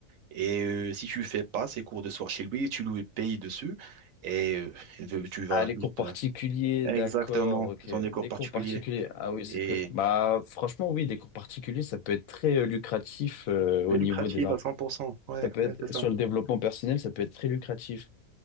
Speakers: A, on the right (about 65°); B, on the left (about 70°).
A: Et euh, si tu fais pas ces cours de soir chez lui, tu lui payes dessus et euh, il veut- tu vas
B: Ah, les
A: juste...
B: cours particuliers,
A: euh, Exactement,
B: d'accord, ok.
A: ce sont des cours
B: Des
A: particuliers.
B: cours particuliers, ah oui, c'est
A: Et
B: très... Bah, franchement, oui, des cours particuliers, ça peut être très euh, lucratif euh, au
A: c'est
B: niveau
A: lucratif
B: des... in-
A: à 100%. Ouais,
B: Ça peut être,
A: ouais, c'est ça.
B: sur le développement personnel, ça peut être très lucratif.